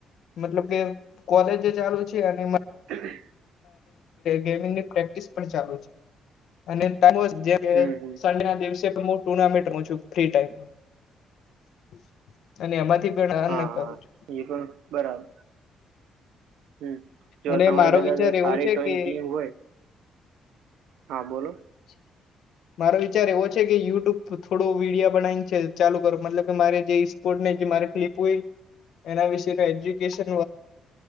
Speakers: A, on the left (about 70°); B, on the right (about 85°).
A: મતલબ કે કોલેજ ચાલુ છે અને
B: <unintelligible>
A: ગેમિંગની પ્રેક્ટિસ પણ ચાલુ છે. અને <unintelligible>
B: હમ હમ
A: સંડે ના દિવસે પણ મોટ ટુનામેન્ટ છું ફ્રી ટાઈમ <unintelligible> અને એમાંથી કરું
B: હા હા
A: છું
B: એ પણ બરાબર હમ. જો
A: અને
B: તમારી
A: મારો
B: કદાચ
A: વિચાર એવો
B: સારી
A: છે
B: ટ
A: કે
B: ટીમ હોય હા બોલો
A: <inaudible> મારો વિચાર એવો છે કે, યુટ્યુબ પર થોડો વિડીયો બનાવીને છે ચાલુ કરો મતલબ કે મારે જે જે મારી ક્લપ હોય એના વિશે એજ્યુકેશન